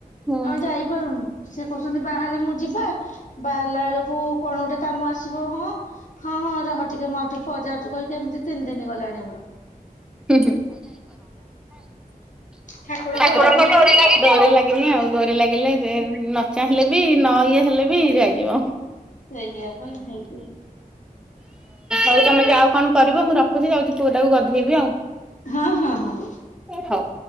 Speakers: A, in the centre; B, on the left.
A: ହୁଁ
B: ଆମେ ଯାଇପାରୁନୁ ସେ କହୁସନ୍ତି ବାହାରେ ମୁଁ ଯିବା ବାହାରିଲା ବେଳକୁ କଣ ଗୋଟେ କାମ ଆଶ୍ ଆସିବ ହଁ ହଁ ହଁ ରହ ଟିକେ ମୁଁ ଆଉ ଟିକେ ପରେ ଯାଉଛି କହିକି ଏମି଼ତି ତିନି ଦିନ ଗଲାଣି ଆମର। ହ <inaudible>
A: ହଁ
B: ଠାକୁରଙ୍କ
A: ହୁଁ
B: ଲାଗିନି
A: ଡୋରି
B: ଆଉ
A: ଲାଗିନି ଡୋରି ଲାଗିଲେ ଯା ଚାହିଁଲେ ବି ନ ଇଏ ହେଲେ ବି, ଯାଇଯିବ।
B: ସେଇଆ ବା ହେଇଥି
A: <unintelligible> ତମେ ଯାଅ, ଆଉ କଣ କରିବ? ମୁଁ ରଖୁଛି। ଯାଉଛି, ପୁଅଟାକୁ ଗଧେଇବି ଆଉ।
B: ହଁ ହଁ ହଉ।
A: ହଉ।